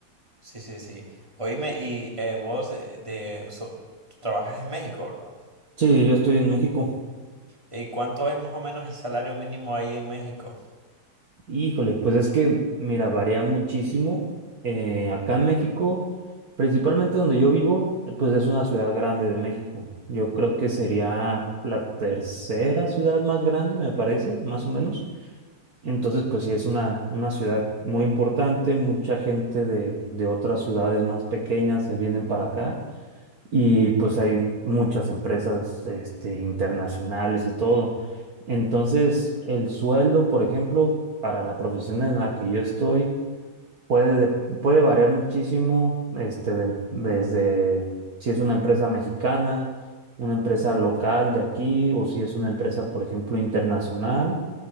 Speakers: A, on the right; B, on the right.
A: sí, sí, sí. Oíme, y eh, vos eh, de, so- trabajas en México, ¿verdad?
B: Sí, yo estoy en México.
A: ¿Y cuánto es más o menos el salario mínimo ahí en México?
B: Híjole, pues es que, mira, varía muchísimo. Eh, acá en México, principalmente donde yo vivo, pues es una ciudad grande de México. Yo creo que sería la tercera ciudad más grande, me parece, más o menos. Entonces, pues sí, es una, una ciudad muy importante. Mucha gente de, de otras ciudades más pequeñas se vienen para acá y pues hay muchas empresas este, internacionales y todo. Entonces, el sueldo, por ejemplo, para la profesión en la que yo estoy, puede, de- puede variar muchísimo este, de- desde si es una empresa mexicana, una empresa local de aquí, o si es una empresa, por ejemplo, internacional,